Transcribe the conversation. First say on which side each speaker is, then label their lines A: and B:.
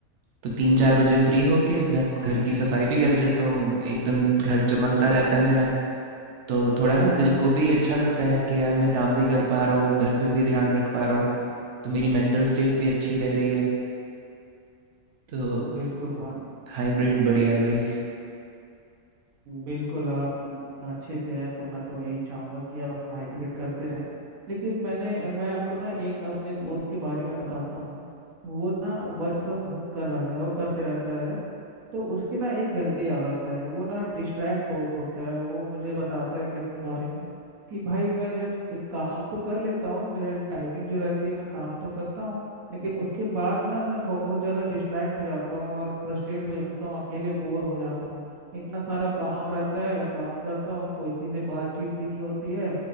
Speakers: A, on the right (about 60°); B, on the right (about 80°).
A: तो तीन चार बजे फ्री होके मैं घर की सफाई भी कर देता हूँ एकदम घर चमकता रहता है मेरा तो थोड़ा ना दिल को भी अच्छा लगता है कि यार मैं काम भी कर पा रहा हूँ घर पे भी ध्यान रख पा रहा हूँ तो मेरी मेंटल स्टेट भी अच्छी रह रही है तो
B: बिल्कुल भाई
A: हाइब्रिड बढ़िया है भाई
B: बिल्कुल आप अच्छे से हैं तो मैं तो यही चाहूंगा कि आप हाइब्रिड करते रहें लेकिन मैंने मैं आपको ना एक अपने दोस्त के बारे में बताता हूँ वो ना वर्क फ्रॉम होम कर रहा है वो करते रहता है तो उसकी ना एक गंदी आदत है वो ना डिस्ट्रैक्ट बहुत होता है वो मुझे बताता है कि अपने बारे में कि भाई मैं जब एक काम तो कर लेता हूँ मेरे टाइमिंग जो रहती है मैं काम तो करता हूँ लेकिन उसके बाद ना मैं बहुत ज़्यादा डिस्ट्रैक्ट हो जाता हूँ और फ्रस्ट्रेट हो जाता हूँ अकेले बोर हो जाता हूँ इतना सारा काम रहता है काम करता हूँ कोई किसी से बातचीत भी नहीं होती है